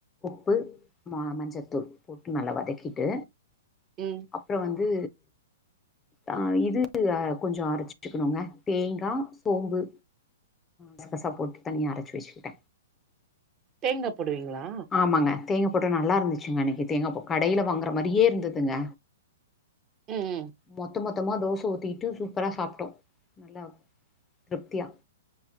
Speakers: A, on the left (about 15°); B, on the right (about 30°).
A: உப்பு மா மஞ்சத்தூள் போட்டு நல்லா வதக்கிட்டு
B: ம்
A: அப்புறோ வந்து அ இது கொஞ்சோ அரச்சுசசுக்குணுங்க தேங்கா சோம்பு கசகசா போட்டு தனியா அரச்சு வெச்சுக்கிட்ட
B: தேங்கா போடுவீங்களா
A: ஆமாங்க தேங்கா போட்டு நல்லா இருந்துச்சுங்க அன்னக்கி தேங்கா போ கடையில வாங்கற மாரியே இருந்துதுங்க
B: ம்ம்
A: மொத்த மொத்தமா தோச ஊத்திகிட்டு சூப்பரா சாப்ட்டோ நல்லா திருப்தியா